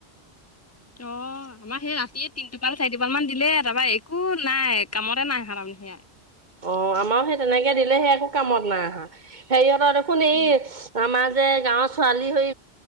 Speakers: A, on the left; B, on the right.
A: <inaudible> অ', আমাৰ সেই ৰাতিয়ে তিনটোপাল চাৰিটোপাল মান দিলে তাৰপা একো নাই কামতে নাই আহা তাৰমানে। সেয়াই।
B: অ', আমাৰো সেই তেনেকে দিলে সেই একো কামত নাই অহা হেৰি সেহঁতৰ দেখোন এই
A: উম,
B: আমাৰ যে গাঁৱৰ ছোৱালী হৈ